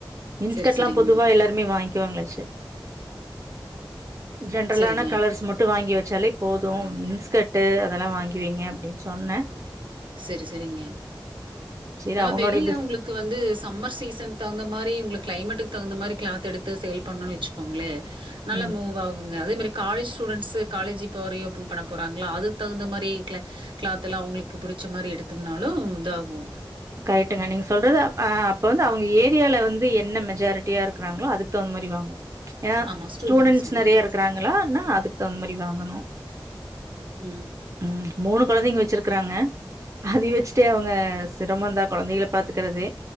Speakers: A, on the right (about 40°); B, on the right (about 75°).
A: இன்ஸ்கர்ட்லா
B: சரி, சரிங்க.
A: பொதுவா எல்லாருமே வாங்கிவாங்களாச்சு ஜென்ரலான
B: சரிங்க.
A: கலர்ஸ் மட்டு வாங்கி வெ சலைப் போதும்
B: கிடைக்காது.
A: இன்ஸ்கட்டு அதெல்லா வாங்கி வெய்ங்க அப்டின்னு சொன்னே
B: செரி செரிங்க
A: சரி
B: நம்ம
A: அவங்களுடைய
B: வெளில
A: பிஸ்
B: ஓங்களுக்கு வந்து சம்மர் சீசனுக்கு தகுந்த மாரி உங்ளுக்கு கிளைமேட்டுக்கு தகுந்த மாரி கிளாத்தெடுத்து சேல் பண்ணோன்னு வெச்சுக்கோங்ளே நல்லா
A: ம்.
B: மூவ் ஆகுங்க அதே மாரி காலேஜ் ஸ்டூடென்ஸ் காலேஜ் இப்பவரியோ ஓபன் பண்ண போறாங்களா அதுக்கு தகுந்த மாரி கிலாத்தெல்லா அவுங்களுக்கு புடிச்ச மாரி எடுத்தோம்னாலு இதாகு
A: கரெட்டுங்க நீங்க சொல்றது ஆ அப்ப வந்து அவுங்க ஏரியால வந்து என்ன மெஜாரிட்டியா இரு குராங்ளோ அதுக்கு தகுந்த மாரி வாங்கனு ஏனா
B: ஆமா, ஸ்டூடண்ட்ஸ்
A: ஸ்டூடென்ஸ்
B: அதிகமா
A: நெறிய இருக்குறாங்களா
B: இருக்கு.
A: னா அதுக்கு தகுந்த மாரி வாங்கனு
B: ம்.
A: உம் மூனு கொழந்தைங்க வெச்சிருக்குறாங்க அத வெச்சுட்டே அவுங்க சிரமுன்தா கொழந்தைகள பாத்துக்கறது